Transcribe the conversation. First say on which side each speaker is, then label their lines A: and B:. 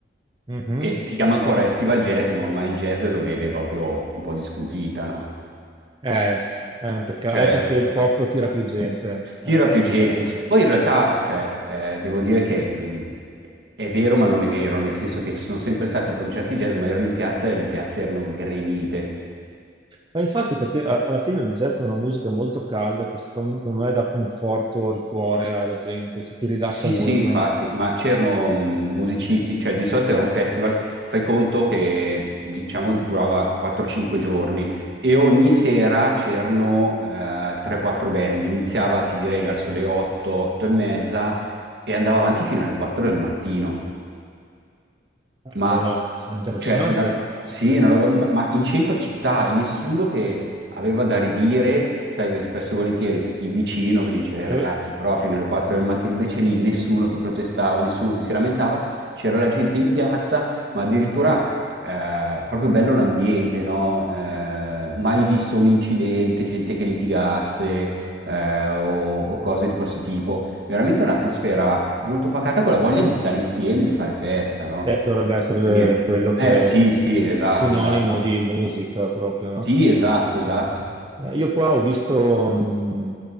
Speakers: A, on the right (about 25°); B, on the right (about 65°).
A: Mhm.
B: e si chiama ancora Estival Jazz, ma ormai il jazz lo vede proprio un po' di sfuggita, no?
A: Eh, è un peccato,
B: Cioè,
A: è perché il pop tira più gente.
B: tira
A: eh, cioè-
B: più gente.
A: cioè-
B: Poi in realtà, cioè, eh, devo dire che mh, è vero ma non è vero, nel senso che ci sono sempre stati i concerti jazz, ma erano in piazza e le piazze erano gremite.
A: Ma infatti, perché a- alla fine il jazz è una musica molto calda che secondo me dà conforto al cuore alla gente, cioè, ti rilassa
B: Sì,
A: molto.
B: sì, infatti, ma c'erano mh, musicisti, cioè di solito era un festival, fai conto che diciamo durava 4-5 giorni e ogni sera c'erano eh, 3-4 band, iniziava ti direi verso le 8, 8 e mezza e andava avanti fino alle 4 del mattino.
A: Eh,
B: Ma,
A: Però, cioè, è interessante.
B: cioè, una- sì, una roba lunga, ma in centro città e nessuno che aveva da ridire, sai che spesso e volentieri il vicino che dice, "Eh,
A: Eh,
B: ragazzi, però fino alle 4 del mattino, invece lì nessuno che protestava, nessuno che si lamentava, c'era la gente in piazza, ma addirittura eh, proprio bello l'ambiente, no? Eh, mai visto un incidente, gente che litigasse eh, o o cose di questo tipo. Veramente un'atmosfera molto pacata con la voglia di stare insieme, di fare festa, no?
A: Eh, dovrebbe essere
B: Quindi,
A: quello che
B: eh sì,
A: è
B: sì, esatto,
A: sinonimo
B: esatto.
A: di musica proprio, no?
B: Sì, esatto, esatto.
A: Eh, io qua ho visto mh,